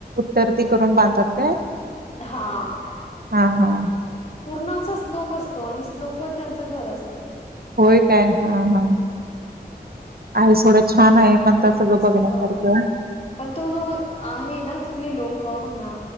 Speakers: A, on the right (about 65°); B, on the left (about 40°).
A: तर ती करून बांधतात काय
B: हा
A: हां, हां.
B: पूर्ण असा स्लोप असतो आणि स्लोप वर त्यांचं घर असतय
A: होय काय हा हा आहे थोडं छान आहे मण सगळं
B: मस्त
A: बघण्यासारखं
B: आहे पण. पण तो जो आहे ना तिथले लोक म्हना